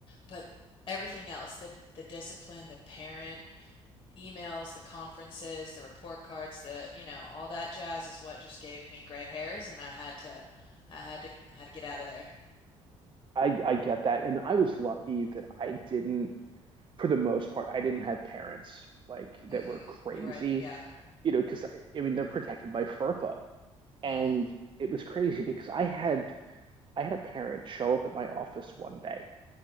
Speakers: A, on the left; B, on the right.
A: But everything else, the the discipline, the parent emails, the conferences, the report cards, the, you know, all that jazz is what just gave me gray hairs, and I had to I had to had to get out of there.
B: I I get that, and I was lucky that I didn't, for the most part, I didn't have parents like
A: hmm
B: that were crazy.
A: You're right. Yeah.
B: You know, because I, I mean they're protected by FERPA, and
A: Mm.
B: it was crazy because I had I had a parent show up at my office one day